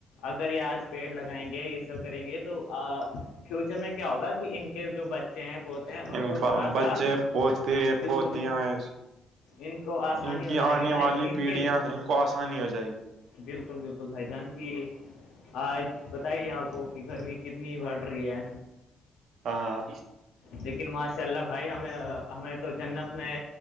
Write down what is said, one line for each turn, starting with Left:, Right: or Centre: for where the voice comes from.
Left: اگر یہ آج پیڑ لگائیں گے یہ سب کریں گے تو فیوچر میں کیا ہوگا کہ ان کے جو بچے ہیں پوتے ہیں ان
Right: یعنی
Left: کو تھوڑا سا
Right: بچے پوتے
Left: بالکل
Right: پتی ہیں
Left: ان کو آسانی
Right: ان کی
Left: ہو جائے
Right: آنے
Left: گی نا
Right: والی
Left: ان
Right: پیڑھیاں
Left: کے
Right: ان کو آسانی ہو جائے گی
Left: بالکل بالکل بھائی جان کی آج بتائیے آپ کو کہ گرمی کتنی بڑ رہی ہے
Right: ہاں
Left: لیکن ماشاء اللہ بھائی ہم ہمیں تو جنت میں